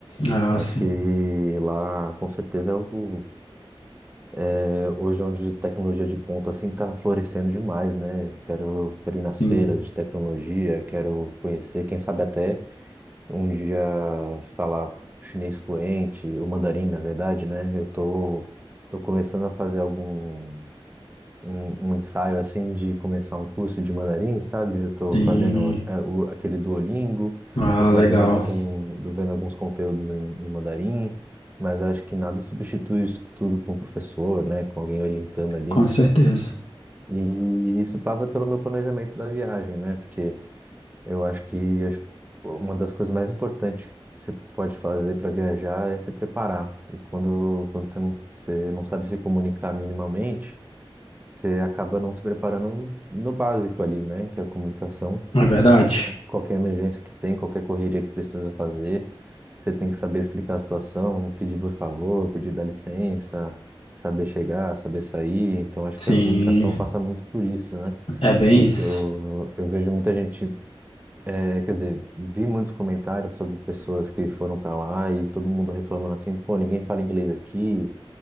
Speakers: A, on the left; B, on the right.
A: Ah,
B: Acho
A: sim,
B: que lá, com certeza, é o, é, hoje é onde tecnologia de ponta, assim, está florescendo demais, né? Quero, quero ir nas
A: sim,
B: feiras de tecnologia, quero conhecer, quem sabe até um dia falar chinês fluente, o mandarim, na verdade, né? Eu tô, tô começando a fazer algum um, um ensaio assim de começar um curso de mandarim, sabe? Eu tô
A: sim.
B: fazendo é, o, aquele Duolingo,
A: Ah,
B: tô fazendo
A: legal.
B: algum, tô vendo alguns conteúdos em, em mandarim, mas acho que nada substitui isso tudo com o professor, né? Com alguém orientando ali.
A: Com certeza.
B: E isso passa pelo meu planejamento da viagem, né? Porque eu acho que acho que uma das coisas mais importantes que você pode fazer para viajar é se preparar. E quando, quando você não, você não sabe se comunicar minimamente, você acaba não se preparando no básico ali, né? Que é a comunicação.
A: É verdade.
B: Qualquer emergência que tem, qualquer correria que precisa fazer, você tem que saber explicar a situação, pedir por favor, pedir dá licença, saber chegar, saber sair. Então, acho
A: Sim,
B: que a comunicação passa muito por isso, né?
A: é bem isso.
B: Eu, eu vejo muita gente É, quer dizer, vi muitos comentários sobre pessoas que foram para lá e todo mundo reclamando assim, pô, ninguém fala inglês aqui,